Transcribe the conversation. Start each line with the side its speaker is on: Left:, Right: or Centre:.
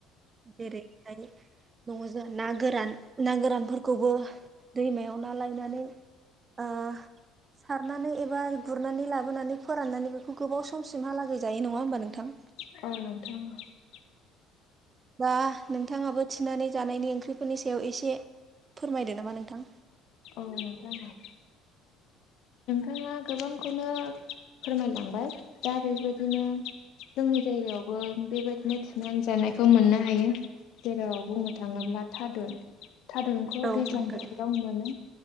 Right: देरै हाय दंङ जोंङो ना गोरान ना गोरानफोरखौबो दैमायाव ना लायनानै ओ सारनानै एबा गुरनानै लाबोनानै फोराननानै बेखौ गोबाव सम समसिमहालागै जायो नङा होमबा नोंथां।
Left: औ
Right: दा नोंथाङाबो थिनानै जानायनि ओंख्रिफोरनि सायाव एसे फोरमायदो नामा नोंथां।
Left: औ नोंथांमोन। नोंथाङा गोबांखौनो फोरमायलांबाय दा बेबायदिनो जोंनि जायगायावबो बेबायदिनो थुनानै जानायखौ मोननो हायो। जेराव बुंनो थाङोब्ला थादुन थारुनखौ
Right: औ
Left: दैज्लां
Right: नोंथां
Left: बोथोराव मोनो